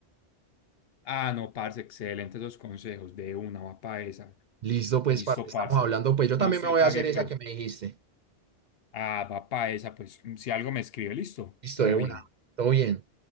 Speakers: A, on the left; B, on the right.
A: Ah, no, parce, excelentes los consejos. De una, va pa' esa.
B: Listo, pues,
A: Listo,
B: parce, estamos
A: parce.
B: hablando. Pues yo
A: Yo
B: también
A: se
B: me voy
A: pague,
B: a hacer esa
A: pues.
B: que me dijiste.
A: Ah, va pa' esa, pues. Si algo me escribe, listo.
B: Listo,
A: Todo
B: de una.
A: bien.
B: Todo bien.